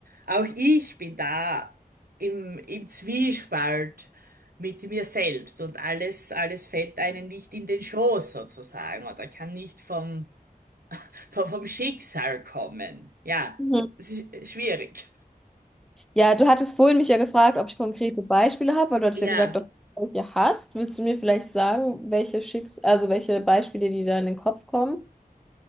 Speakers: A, on the right; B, in the centre.
A: auch ich bin da im, im Zwiespalt mit mir selbst und alles, alles fällt einem nicht in den Schoß sozusagen oder kann nicht vom, vom, vom Schicksal kommen. Ja,
B: Mhm.
A: es ist schwierig.
B: Ja, du hattest vorhin mich ja gefragt, ob ich konkrete Beispiele habe, weil du hattest ja
A: Ja,
B: gesagt, dass du welche hast. Willst du mir vielleicht sagen, welche Schicks also welche Beispiele, die da in den Kopf kommen?